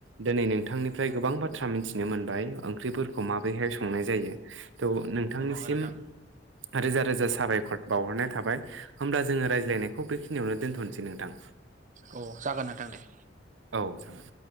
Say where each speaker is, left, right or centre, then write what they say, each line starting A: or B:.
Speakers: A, on the right; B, on the right.
A: दोनै नों थांनिफ्राय गोबां बाथ्रा मिथिनो मोनबाय ओंख्रिफोरखौ माबोरैहाय संनाय जायो। थ नोंथांनिसिम
B: नंगौ नोंथां
A: रोजा रोजा साबायखर बाउहरनाय थाबाय। होमब्ला जोङो रायज्लायनायखौ बेख खिनियावनो दोन्थनसै नोंथां।
B: औ जागोन नोंथां दे।
A: औ जागोन।